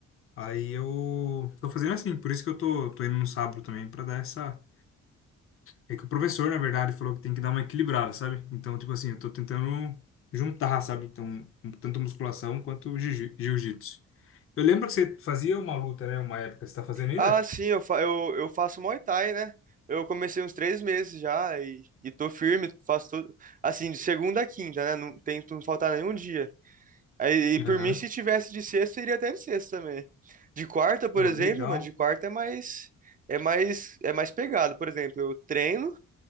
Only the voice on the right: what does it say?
Ah, sim, eu, fa eu, eu faço Muay Thai, né? Eu comecei uns três meses já e, e tô firme, faço tudo. Assim, de segunda a quinta, né? Não tento não faltar nenhum dia. Aí, e
por mim, se tivesse de sexta, iria até de sexta também. De quarta, por
exemplo,
mano, de quarta é mais. É mais, é mais pegado, por exemplo, eu treino,